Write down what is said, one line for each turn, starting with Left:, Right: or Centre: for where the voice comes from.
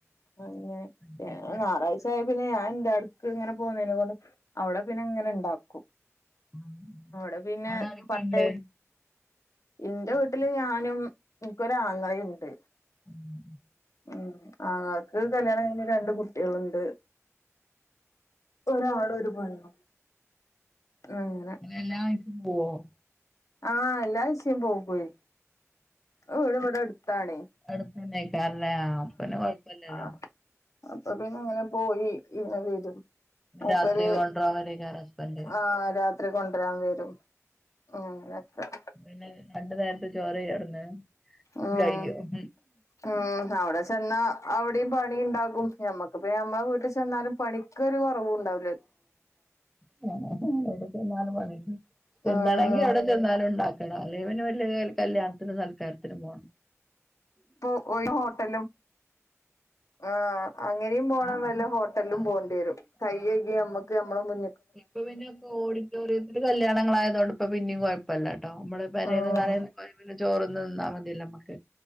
Left: അങ്ങനെ
Centre: അങ്ങനെയൊക്കെ
Left: ഞാകൾ ഞായരായായാ പിന്നെ ഞാൻ എന്റെടെ ഇങ്ങനെ പോകുന്നതിനെ കൊണ്ട് അവിടെ പിന്നെ ഇങ്ങനെ ഉണ്ടാവും
Centre: ഉം.
Left: അവുടെ പിന്നെ
Centre: അവിടെ ആരൊക്കെയുണ്ട്
Left: പട്ട് എന്റെ
Centre: ഉം.
Left: വീട്ടില് ഞാനും എനിക്കൊരാങ്ങളിണ്ട്
Centre: ഉം.
Left: ഉ ആങ്ങൾക്ക് കല്യാണം കഴിഞ്ഞ രണ്ട് കുട്ടികളുണ്ട് ഒരാണു ഒരു പെണ്ണും അങ്ങന
Centre: അകനെ ആയിപോവും
Left: ആഹ എല്ലാ ആയ്ചയും പോ പോയി ഇവിടെ ഇവിടെ എടുത്താണേ
Centre: എടുത്തന്നക്കാറല്ലേ അപ്പന്നെ കൊഴപ്പല്ലല്ലോ
Left: ആഹ് അപ്പൊ പിന്നെ അങ്ങനെ പോയി ഇങ്ങെ വരും മുപ്പര്
Centre: രാത്രി കൊണ്ടരാൻ വരേക്കാരം ഹസ്ബൻഡ്
Left: ആഹ് രാത്രി കൊണ്ടുവരാൻ വരും <unintelligible>
Centre: പിന്നെ രണ്ടു നേരത്തെ ചോറ് അവിടന്ന്
Left: ഉം
Centre: കയ്യും
Left: ഉം അവിടെ ചെന്നാ അവിടെയും പണി ഉണ്ടാകും ഞമ്മക്ക്പ്പ നമ്മളെ വീട്ടിൽ ചെന്നാലും പണി ഇന്ക്കുരൂക്കുറാവുണ്ടാ
Centre: എവിട നാല് മണി തിന്നണെങ്കി
Left: ഉം
Centre: അവിടെ ന്നാലും ഉണ്ടാക്കണം അല്ലെവന് വലിയ കല്യാണത്തിനും സൽക്കാരത്തിനും പോകണം
Left: ഇപ്പൊ ഓ ഹോട്ടലും ആഹ് അങ്ങനെയും പോണം
Centre: ആഹ്
Left: വല്ല ഹോട്ടലും
Centre: ആഹ്
Left: പോകേണ്ടി വരും കൈഴകി
Centre: ആഹ് അതെ
Left: നമ്മുക്ക് നമ്മളെ മുൻ
Centre: ഇപ്പൊ പിന്നെ ഓഡിറ്റോറിയത്തില് കല്യാണം ആയതോണ്ട്പ്പോ പിന്നെയും കുഴപ്പമല്ല ട്ടോ നമ്മള് വരയന്ന്
Left: ഉം
Centre: പറയുന്നത് ന് ചോറ്ന്ന്തിന്നാൽ മതില്ല നമ്മക്ക്